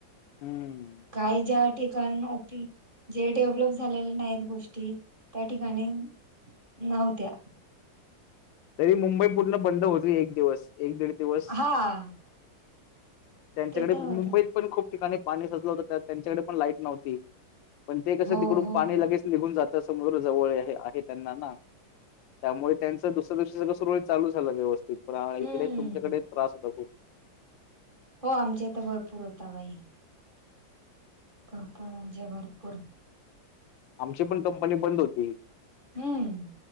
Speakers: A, on the left (about 80°); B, on the right (about 25°).
A: हम्म.
B: काही ज्या ठिकाण नै की जे डेव्हलप झालेले नाही गोष्टी त्या ठिकाणी नौत्या.
A: तरी मुंबई पूर्ण बंद होत एक दिवस. एक दीड दिवस
B: हा
A: त्यांच्याकडे
B: ते तर
A: मु
B: होत
A: मुंबईत पण खूप ठिकाणी पाणी सज त्यांच्याकडे पण लाईट नव्हती पण ते कस
B: हो
A: तिकडून
B: हो
A: पाणी
B: हो
A: लगेच निघुण जात समुद्र जवळ आहे त्यांना ना त्यामुळे त्यां त्यादिवशी सगळ सुरळीत चाल झालं व्यवस्थित पण आ इकडे
B: हम्म
A: तुमच्याकडे त्रास होता खूप.
B: हो आमच्या इथं भरपूर होता बाई. भरपूर म्हणजे भरपूर.
A: आमची पण कंपनी बंद होती.
B: हम्म.